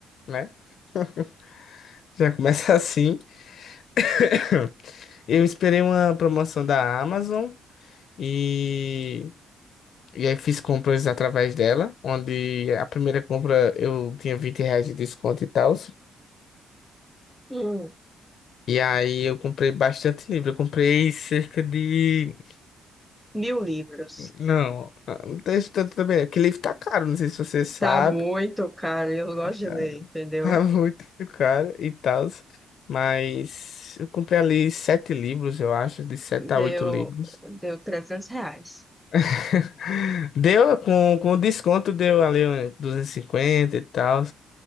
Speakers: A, on the left; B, in the centre.
A: né? <laughs> Já começa assim. <laughs> Eu esperei uma promoção da Amazon e, e aí fiz compras através dela, onde a primeira compra eu tinha 20 reais de desconto e tal.
B: Hum.
A: E aí eu comprei bastante livro. Eu comprei cerca de.
B: Mil livros.
A: Não, não tem isso tanto também. não, Porque livro tá caro, não sei se você sabe.
B: Tá muito caro, eu gosto
A: mas
B: de
A: Tá,
B: ler,
A: <laughs>
B: entendeu?
A: tá muito caro e tal. Mas eu comprei ali sete livros, eu acho, de sete a
B: Deu,
A: oito livros.
B: deu trezentos reais.
A: <laughs> Deu com, com desconto, deu ali uns 250 e cinquenta e tal.